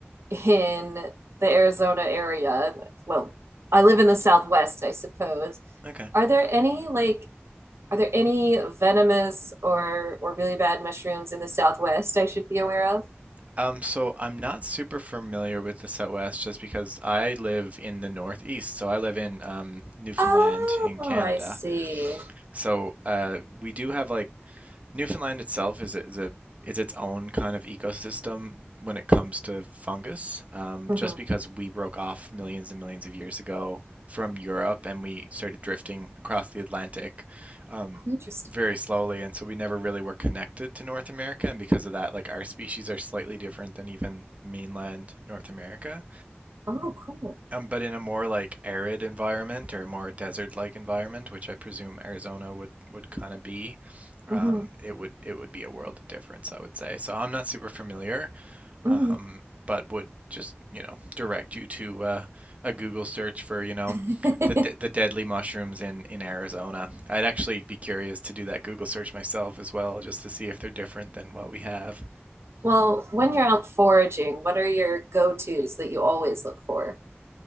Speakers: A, on the right (about 80°); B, on the right (about 30°).
A: in the Arizona area. Well, I live in the Southwest, I suppose.
B: okay
A: Are there any like Are there any venomous or or really bad mushrooms in the Southwest I should be aware of?
B: um so i'm not super familiar with the southwest just because i live in the northeast so i live in um newfoundland
A: Oh,
B: in canada
A: I see.
B: So uh, we do have like Newfoundland itself is a, is a is its own kind of ecosystem when it comes to fungus, um,
A: Mhm.
B: just because we broke off millions and millions of years ago from Europe and we started drifting across the Atlantic um,
A: Oh, interesting.
B: very slowly, and so we never really were connected to North America, and because of that, like our species are slightly different than even mainland North America.
A: Oh, cool.
B: Um, but in a more like arid environment or more desert-like environment, which I presume Arizona would would kind of be, um,
A: hmm
B: it would it would be a world of difference, I would say. So I'm not super familiar,
A: hmm
B: um, but would just, you know, direct you to uh, a Google search for, you know,
A: <laughs>
B: the de- the deadly mushrooms in in Arizona. I'd actually be curious to do that Google search myself as well, just to see if they're different than what we have.
A: Well, when you're out foraging, what are your go-tos that you always look for?